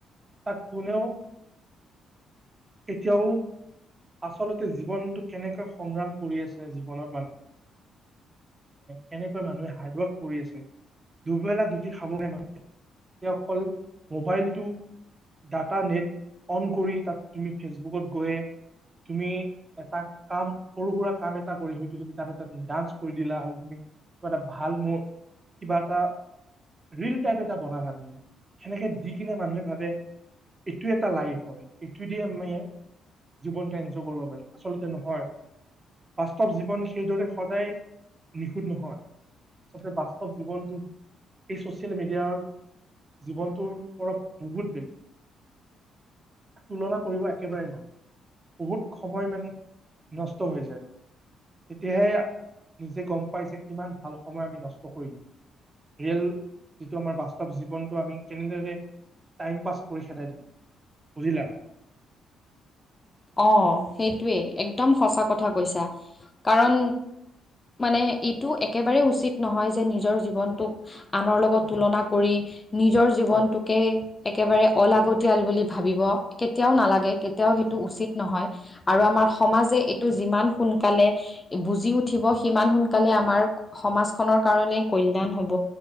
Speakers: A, on the right; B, on the left.
A: তাক কোনেও। এতিয়াও। আচলতে জীৱনটো কেনেকৈ সংগ্ৰাম কৰি আছে জীৱনত মানুহ। কেনেকৈ মানুহে হাৰ্ড ৱৰ্ক কৰি আছে দুবেলা দুবি খাব মান। অকল মোবাইলটো। ডাটা নেট অন কৰি তাত তুমি ফেচবুকত গৈ। তুমি এটা কাম সৰু সুৰা কাম এটা কৰি হয়ো তুমি তাত এটা নিৰ্। কৰি দিলা হয় তুমি কিবা এটা ভাল মোৰ কিবা এটা। ৰীল টাইপ এটা বনালা তুমি সেনেকে দি কিনে মানুহে ভাবে এইটো এটা লাইফ হয় এইটো দি আমি জীৱনটো এনজয় কৰিব পাৰি আচলতে নহয় বাস্তৱ জীৱন সেইদৰে সদায় নিখুঁত নহয়। আচলতে বাস্তৱ জীৱনটো এই চচিয়েল মিডিয়াৰ জীৱনটোৰ পৰস বহুত তুলনা কৰিব একেবাৰে নোৱাৰে। বহুত সময় মানে নষ্ট হৈ যায়। তেতিয়াহে নিজে গম পাই যে কিমান ভাল সময় আমি নষ্ট কৰি দিওঁ ৰিয়েল যিটো আমাৰ বাস্তৱ জীৱনটো আমি কেনেদৰে টাইম পাছ কৰি খেদাই দিলোঁ। বুজিলা।
B: অ সেইটোৱেই একদম সঁচা কথা কৈছা কাৰণ মানে এইটো একেবাৰেই উচিত নহয় যে নিজৰ জীৱনটোক আনৰ লগত
A: উম,
B: তুলনা কৰি নিজৰ জীৱনটোকে
A: হয়
B: একেবাৰে অলাগতিয়াল বুলি ভাবিব কেতিয়াও নালাগে কেতিয়াও সেই উচিত নহয় আৰু আমাৰ সমাজে এইটো যিমান সোনকালে বুজি উঠিব সিমান সোনকালে আমাৰ সমাজ খনৰ কাৰণে কল্যাণ হ'ব